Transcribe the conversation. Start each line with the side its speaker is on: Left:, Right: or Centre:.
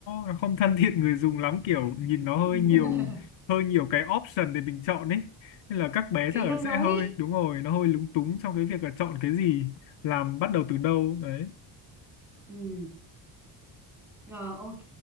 Left: nó không thân thiện người dùng lắm kiểu nhìn nó
Centre: <laughs>
Left: hơi nhiều hơi nhiều cái option để mình chọn ấy nên là các bé
Centre: kiểu
Left: chắc là
Centre: nó rối
Left: sẽ hơi đúng rồi nó hơi lúng túng trong cái việc là chọn cái gì làm bắt đầu từ đâu đấy
Centre: ừ. rồi ok